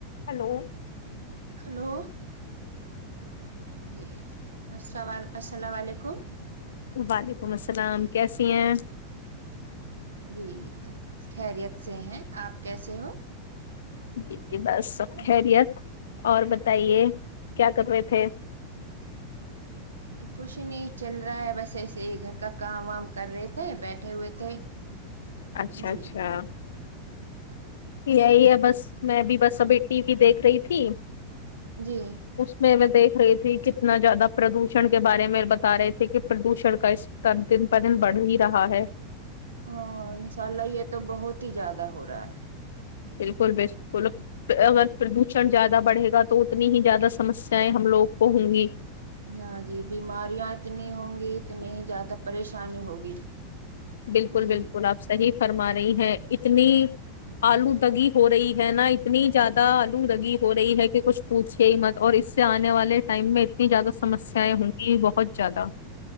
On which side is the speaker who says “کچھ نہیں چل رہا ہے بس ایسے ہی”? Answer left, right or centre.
Right